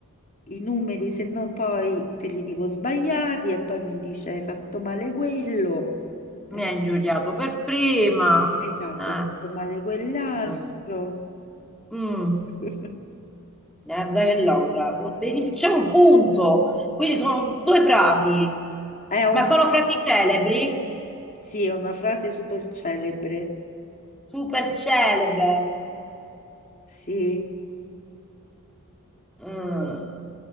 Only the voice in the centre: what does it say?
mi
ha ingiuriato per prima.
Eh,
eh. Mm,
guarda che longa. Oh, Vedi, C'è un punto, quindi sono due frasi,
ma sono frasi celebri,
super celebre.
Mm,